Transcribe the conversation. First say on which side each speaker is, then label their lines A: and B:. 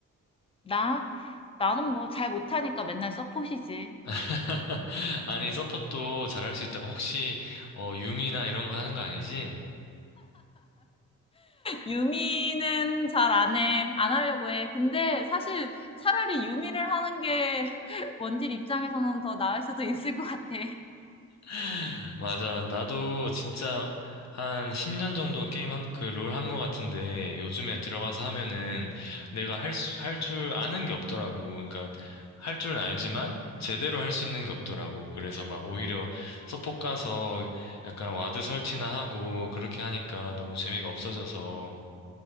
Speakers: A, on the left; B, on the left.
A: 나, 나는 뭐 잘 못하니까 맨날 서폿이지.
B: <laughs> 아니, 서폿도 잘할 수 있다고 혹시 어, 유미나 이런 거 하는 거 아니지?
A: 유미는 잘 안 해. 안 하려고 해. 근데 사실 차라리 유미를 하는 게 <laughs> 원딜 입장에서는 더 나을 수도 있을 것 같아.
B: <laughs> 맞아. 나도 진짜 한 10년 정도 게임 한, 그 롤 한 거 같은데 요즘에 들어가서 하면은 내가 할, 수- 할 줄 아는 게 없더라고. 그러니까 할 줄은 알지만 제대로 할 수 있는 게 없더라고. 그래서 막 오히려 서폿 가서 약간 와드 설치나 하고 그렇게 하니까 너무 재미가 없어져서